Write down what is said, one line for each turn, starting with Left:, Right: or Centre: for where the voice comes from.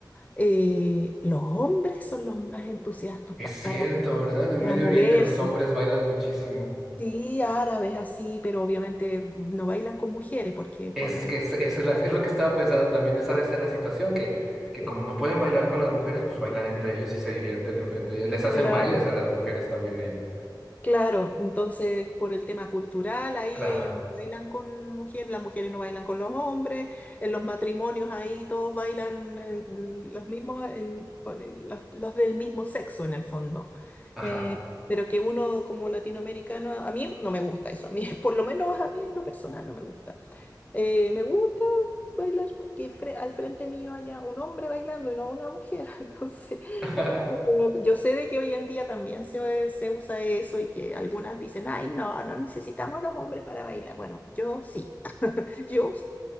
Left: eh, los hombres son los más entusiastas
Centre: Es
Left: pa-
Centre: cierto,
Left: para,
Centre: ¿verdad? En
Left: para
Centre: Medio
Left: moverse.
Centre: Oriente los hombres bailan muchísimo.
Left: Sí, árabes así, pero obviamente no bailan con mujeres porque por
Centre: Es
Left: la...
Centre: que es, esa es, la- es lo que estaba pensando también, esa de ser la situación, que, que
Left: Sí,
Centre: como no pueden bailar con las mujeres, pues bailan entre ellos y se divierten enfrente de ellos. Les hacen
Left: claro.
Centre: bailes a las mujeres también ellos.
Left: Claro, entonces por el tema cultural, ahí
Centre: Claro,
Left: ellos no bailan con mujeres, las mujeres no bailan con los hombres, en los matrimonios ahí todos bailan eh, los mismos, en- por el- los, los del mismo sexo en el fondo.
Centre: ajá.
Left: Eh, pero que uno como latinoamericano, a mí no me gusta eso, a mí <laughs> por lo menos a mí en lo personal no me gusta. Eh, me gusta bailar porque fre- al frente mío haya un hombre bailando y no una mujer. <laughs> Entonces,
Centre: <laughs>
Left: pero yo sé de que hoy en día también se, se usa eso y que algunas dicen, ay, no, no necesitamos los hombres para bailar. Bueno, yo sí, <laughs> yo sí.